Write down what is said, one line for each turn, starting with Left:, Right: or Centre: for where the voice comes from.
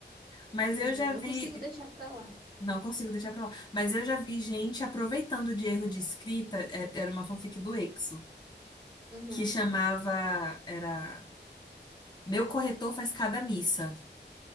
Left: Mas
Right: Sim,
Left: eu já
Right: eu não
Left: vi.
Right: consigo deixar pra lá.
Left: Não consigo deixar pra lá. Mas eu já vi gente aproveitando de erro de escrita. é- Era uma fanfic do Exo,
Right: Uhum.
Left: que chamava. Era. Meu corretor faz cada missa.